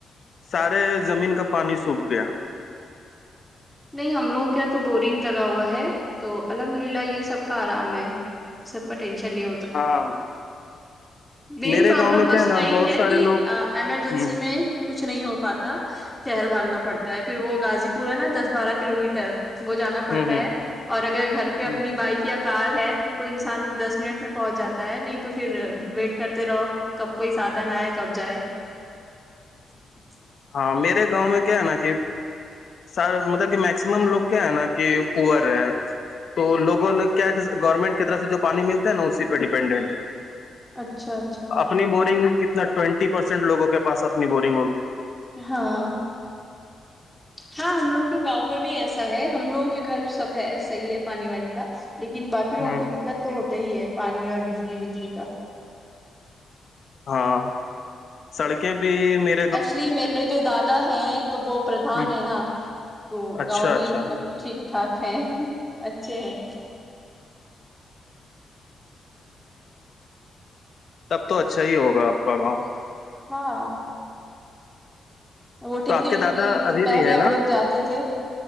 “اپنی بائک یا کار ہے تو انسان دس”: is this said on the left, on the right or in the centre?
Centre